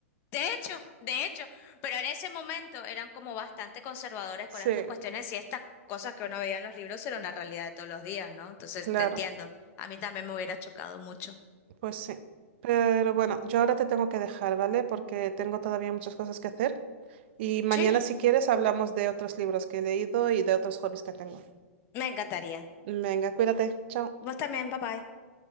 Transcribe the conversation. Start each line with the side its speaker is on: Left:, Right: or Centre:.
Left: De hecho, de hecho, pero en ese momento eran como bastante conservadores
Right: Sí,
Left: con estas cuestiones y estas cosas que uno veía en los libros eran la realidad de todos los días, ¿no? Entonces,
Right: claro,
Left: te entiendo. A mí también me hubiera chocado mucho.
Right: pues sí. Pero bueno, yo ahora te tengo que dejar, ¿vale? Porque tengo todavía muchas cosas que hacer. Y mañana,
Left: Sí,
Right: si quieres, hablamos de otros libros que he leído y de otros hobbies que tengo.
Left: me encantaría.
Right: Venga, cuídate. Chao.
Left: Vos también, bye bye.